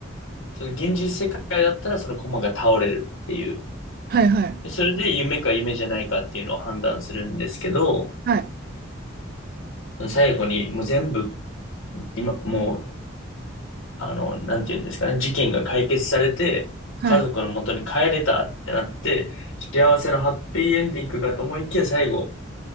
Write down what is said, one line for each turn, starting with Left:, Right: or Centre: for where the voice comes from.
Left: その現実世界だったらそのコマが倒れるっていう。
Right: はいはい。
Left: でそれで夢か夢じゃないかっていうのを判断するんですけど、
Right: はい。
Left: 最後にもう全部、今、もうあの、なんていうんですかね、事件が解決されて、
Right: はい。
Left: 家族の元に帰れたってなって、幸せのハッピーエンディングかと思いきや、最後、